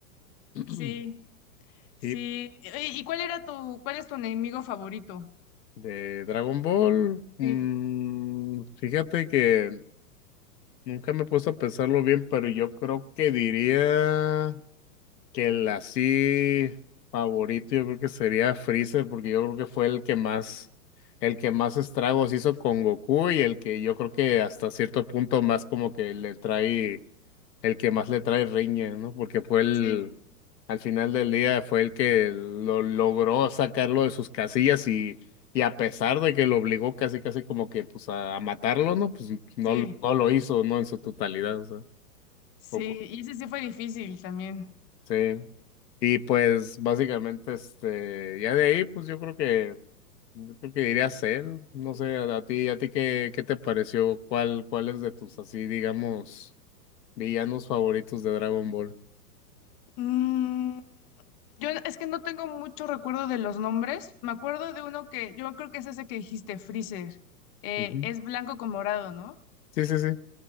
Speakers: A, on the left; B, on the left.
A: <clears throat>
B: Sí, sí.
A: Y
B: ¿Y y cuál era tu, cuál es tu enemigo favorito?
A: de Dragon Ball, mm,
B: Sí,
A: fíjate que nunca me he puesto a pensarlo bien, pero yo creo que diría. Que el así favorito yo creo que sería Freezer, porque yo creo que fue el que más, el que más estragos hizo con Goku y el que yo creo que hasta cierto punto más como que le trae, el que más le trae riña, ¿no? Porque fue el,
B: sí,
A: al final del día fue el que lo logró sacarlo de sus casillas y, y a pesar de que lo obligó casi casi como que pues a, a matarlo, ¿no? Pues no,
B: sí.
A: no lo hizo, ¿no? En su totalidad, o sea,
B: Sí,
A: poco.
B: y ese sí fue difícil también.
A: Sí. Y pues básicamente, este, ya de ahí, pues yo creo que, yo creo que diría Cell, no sé, a a ti, a ti qué, qué te pareció, cuál, cuál es de tus así, digamos, villanos favoritos de Dragon Ball.
B: Mm, yo es que no tengo mucho recuerdo de los nombres. Me acuerdo de uno que yo creo que es ese que dijiste, Freezer. Eh,
A: Ujú.
B: es blanco con morado, ¿no?
A: Sí, sí, sí.